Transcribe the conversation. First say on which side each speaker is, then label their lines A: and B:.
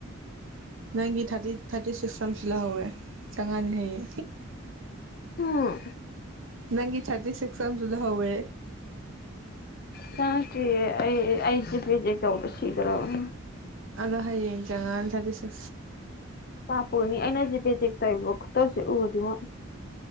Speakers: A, on the right (about 65°); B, on the left (about 45°).
A: ꯅꯪꯒꯤ ꯊꯥꯔꯇꯤ ꯊꯥꯔꯇꯤ ꯁꯤꯛꯁ ꯑꯃꯁꯤ ꯂꯧꯍꯧꯋꯦ ꯆꯪꯉꯅꯤ ꯍꯩꯌꯦ
B: ꯑꯣ
A: ꯅꯪꯒꯤ ꯆꯥꯇꯔꯤ ꯁꯦꯛꯁꯝꯖꯨꯂ ꯍꯋꯦ
B: ꯆꯥꯡꯀꯤ ꯑꯩ ꯑꯩꯖꯦ ꯄꯖꯦ ꯀꯧꯗ ꯁꯤꯒꯔꯅꯤ
A: ꯑꯗꯣ ꯍꯌꯦꯡ ꯆꯉꯥꯡ ꯊꯔꯇ
B: ꯄꯥꯄꯅꯤ ꯑꯩꯅꯖꯤꯕꯦꯖꯤꯦꯛ ꯇꯩꯕꯣꯠꯇꯧꯁꯦ ꯎꯔꯗꯤ ꯃꯣꯏ